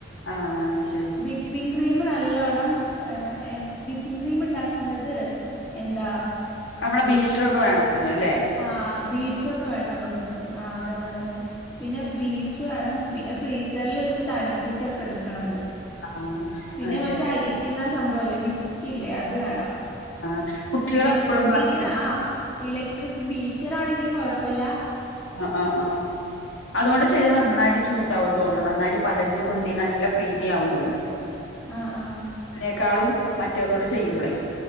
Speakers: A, on the left; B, on the left.
A: ആഹ് അത് ശരി
B: വിപ്പിംഗ് ക്രീമ് നല്ലോണം ഏഹ് ഏഹ് വി പ്പിംഗ് ക്രീമ് ഇണ്ടാക്ക്ന്നത് എന്താ
A: അമ്മളെ ബീറ്ററൊക്കെ വേണം തോന്ന്ണ്ല്ലേ
B: ആഹ് ബീറ്ററൊക്കെ വേണം തോന്നുന്ന് ആഹ് അതന്നെ അതന്നെ പിന്നെ ബീറ്റർ വാണം പിന്നെ ഫ്രീസറ്ല് വെച്ച് തണുപ്പിച്ചൊക്കെ എടുക്കണത്
A: ആഹ്
B: പിന്നെ
A: അത്
B: മറ്റേ
A: ശരി
B: അടിക്കിന്നെ സംഭവല്ലേ വിസ് ക്കില്ലേ അത് വേണം
A: ആഹ് കുട്ടികളെപ്പഴും
B: ഇലക്ട്രിക്
A: പറഞ്ഞ്
B: ബീറ്ററ് ആഹ് ഇലക്ട്രിക്ക് ബീറ്ററാണെങ്കിലും കൊഴപ്പല്ലാ
A: ആഹ് ആഹ് ആഹ് അതുകൊണ്ട് ചെയ്താ നന്നായിട്ട് സ്മൂത്താവും തോന്ന്ണ് നാന്നായിട്ട് പതഞ്ഞ് പൊന്തി നല്ല ഫ്ലീമിയാവും തോന്ന്ണ്
B: ആഹ് ആഹ്
A: യിനേക്കാളും മറ്റേതോണ്ട് ചെയ്യുമ്പളേ